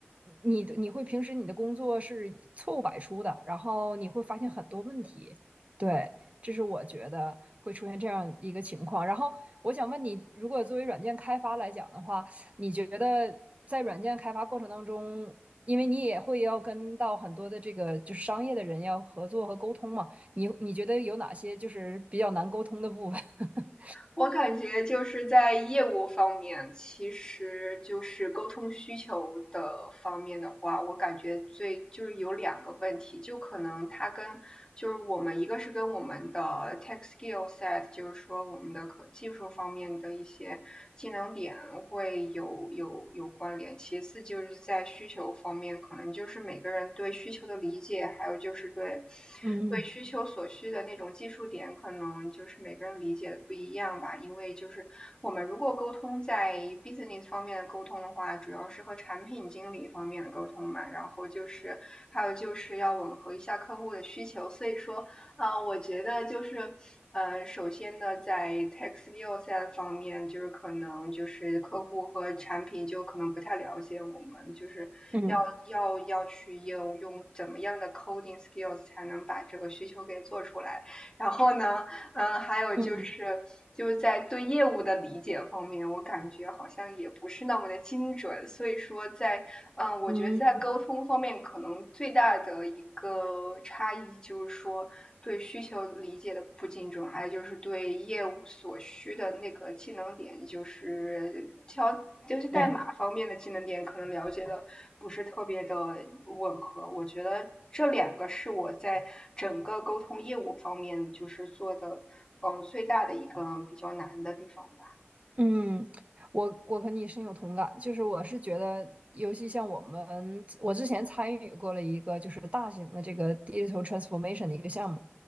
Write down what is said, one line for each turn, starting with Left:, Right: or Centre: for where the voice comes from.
Right: 你你会平时你的工作是错误百出的，然后你会发现很多问题。对，这是我觉得会出现这样一个情况。然后我想问你，如果作为软件开发来讲的话，你觉得在软件开发过程当中，因为你也会要跟到很多的这个就是商业的人要合作和沟通嘛，你你觉得有哪些就是比较难沟通的部分？<laughs>
Left: 我感觉就是在业务方面，其实就是沟通需求的方面的话，我感觉最就是有两个问题，就可能它跟就是我们一个是跟我们的 tech skill set，就是说我们的可技术方面的一些技能点会有有有关联。其次就是在需求方面，可能就是每个人对需求的理解，还有就是对
Right: 嗯
Left: 对需求所需的那种技术点，可能就是每个人理解的不一样吧。因为就是我们如果沟通在 business 方面的沟通的话，主要是和产品经理方面的沟通嘛，然后就是还有就是要吻合一下客户的需求。所以说，啊，我觉得就是，呃，首先呢，在 tech skill set 方面，就是可能就是客户和产品就可能不太了解我们，就是要要要去应用怎么样的
Right: 嗯
Left: coding skills 才能把这个需求给做出来。然后呢，嗯，还有就是就是在对业务的理解方面，
Right: 嗯嗯
Left: 我感觉好像也不是那么的精准，所以说在嗯，我觉得在沟通方面，
Right: 嗯，
Left: 可能最大的一个差异就是说对需求理解的不精准，还有就是对业务所需的那个技能点，就是挑就是代码方面的技能点，
Right: 对，
Left: 可能了解的不是特别的吻合，我觉得。这两个是我在整个沟通业务方面就是做的，嗯，最大的一个比较难的地方吧。
Right: 嗯，我我和你深有同感，就是我是觉得，尤其像我们，我之前参与过了一个就是大型的这个 digital transformation 的一个项目，